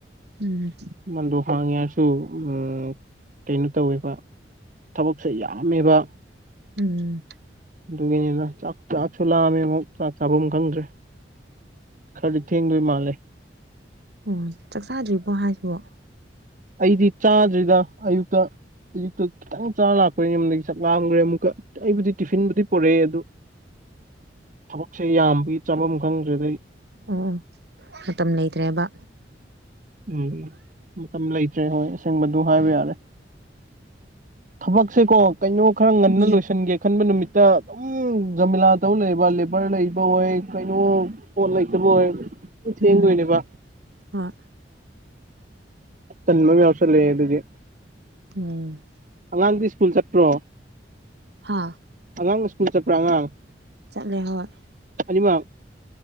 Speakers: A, on the right; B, on the right.
A: ꯎꯝ
B: ꯕꯟꯗꯣ ꯍꯥꯡꯉꯦ ꯍꯥꯏꯔꯁꯨ ꯎꯝ ꯀꯩꯅꯣ ꯇꯧꯋꯦꯕ ꯊꯕꯛꯁꯦ ꯌꯥꯝꯃꯦꯕ꯫
A: ꯎꯝ
B: ꯗꯨꯒꯤꯅꯤꯗꯥ ꯆꯥꯛ ꯆꯥꯛꯁꯨ ꯂꯥꯝꯃꯦ ꯑꯃꯨꯛ ꯆꯥꯛ ꯆꯥꯕꯝ ꯈꯪꯗ꯭ꯔꯦ꯫ ꯈꯔꯗꯤ ꯊꯦꯡꯗꯣꯏ ꯃꯥꯜꯂꯦ꯫
A: ꯑꯣ ꯆꯥꯛ ꯆꯥꯗ꯭ꯔꯤꯕꯣ ꯍꯥꯏꯁꯤꯕꯣ꯫
B: ꯑꯩꯗꯤ ꯆꯥꯗ꯭ꯔꯤꯗꯥ ꯑꯌꯨꯛꯇ ꯑꯌꯨꯛꯇ ꯈꯤꯇꯪ ꯆꯥꯔ ꯂꯥꯛꯄ ꯌꯨꯝꯗꯒꯤ ꯆꯥꯛ ꯂꯥꯝꯒꯔ꯭ꯦ ꯑꯃꯨꯛꯀ꯫ ꯑꯩꯕꯨꯗꯤ ꯇꯤꯐꯤꯟꯕꯨꯗꯤ ꯄꯨꯔꯛꯑꯦ ꯑꯗꯨ ꯊꯕꯛꯁꯦ ꯌꯥꯝꯕꯒꯤ ꯆꯥꯐꯝ ꯈꯪꯗ꯭ꯔꯦꯗ ꯑꯩ꯫
A: ꯑꯣ ꯃꯇꯝ ꯂꯩꯇ꯭ꯔꯦꯕ꯫
B: ꯎꯝ ꯃꯇꯝ ꯂꯩꯇ꯭ꯔꯦ ꯍꯣꯏ ꯑꯁꯦꯡꯕꯗꯨ ꯍꯥꯏꯕ ꯌꯥꯔꯦ꯫ ꯊꯕꯛꯁꯦꯀꯣ ꯀꯩꯅꯣ ꯈꯔ ꯉꯟꯅ
A: ꯎꯝ
B: ꯂꯣꯏꯁꯤꯟꯒꯦ ꯈꯟꯕ ꯅꯨꯃꯤꯠꯇ ꯑꯗꯨꯝ꯫ ꯎꯝ ꯖꯃꯤꯂꯥꯗꯧ ꯂꯩꯕ ꯂꯦꯕꯔ ꯂꯩꯕ ꯑꯣꯏ ꯀꯩꯅꯣ ꯄꯣꯠ ꯂꯩꯇꯕ ꯑꯣꯏ꯫ ꯗꯨꯝ
A: ꯎꯝ
B: ꯊꯦꯡꯗꯣꯏꯅꯦꯕ꯫
A: ꯍꯣꯏ
B: ꯇꯟꯕ ꯑꯝ ꯌꯥꯎꯁꯤꯜꯂꯛꯑꯦ ꯗꯨꯒꯤ
A: ꯎꯝ
B: ꯑꯉꯥꯡꯗꯤ ꯁ꯭ꯀꯨꯜ ꯆꯠꯄ꯭ꯔꯣ꯫
A: ꯍꯥ
B: ꯑꯉꯥꯡ ꯁ꯭ꯀꯨꯜ ꯆꯠꯄ꯭ꯔ ꯑꯉꯥꯡ
A: ꯆꯠꯂꯦ ꯍꯣꯏ
B: ꯑꯅꯤꯃꯛ